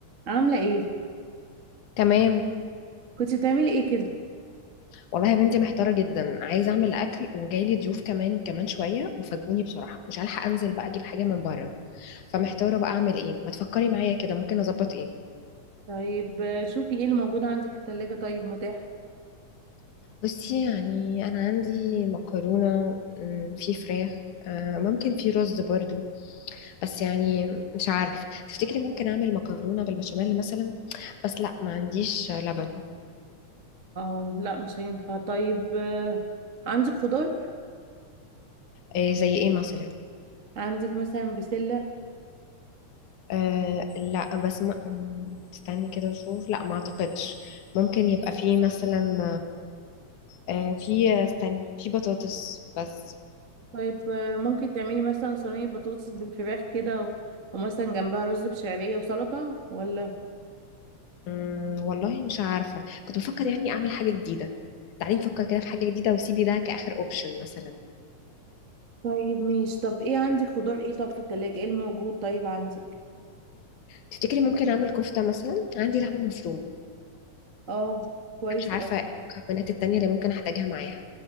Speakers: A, on the right; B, on the left.
A: عاملة ايه
B: تمام
A: كنت بتعملي ايه كده
B: والله يا بنتي محتارة جدا عايزة أعمل أكل وجايلي ضيوف كمان كمان شوية وفاجئوني بصراحة مش هلحق أنزل بقى أجيب حاجة من بره فمحتارة بقى أعمل إيه ما تفكري معايا كده ممكن أظبط إيه
A: طيب آه، شوفي ايه اللي موجود عندك في التلاجة طيب متاح
B: بصي يعني أنا عندي مكرونة مم، في فراخ آه، ممكن في رز برضو بس يعني مش عارف تفتكري ممكن أعمل مكرونة بالبشاميل مثلا بس لا ما عنديش لبن
A: اه لا مش هينفع طيب آه، عندك خضار
B: إيه زي إيه مثلا
A: عندك مثلا بسلة
B: أه لا بس ما م- استني كده اشوف لا ما اعتقدش ممكن يبقى فيه مثلا أه في استني في بطاطس بس
A: طيب آه، ممكن تعملي مثلا صينية بطاطس بالفراخ كده و- ومثلا جنبها رز بشعرية وسلطة ولا
B: مم، والله مش عارفة كنت بفكر يعني اعمل حاجة جديدة تعالي نفكر كده في حاجة جديدة وسيبي ده كآخر اوبشن مثلا
A: طيب ماشي طب ايه عندك خضار ايه طب في التلاجة ايه الموجود طيب عندك
B: تفتكري ممكن اعمل كفتة مثلا عندي لحمة مفرومة أنا
A: اه كويس
B: مش عارفة
A: اوي
B: ايه المكونات التانية اللي ممكن احتاجها معاها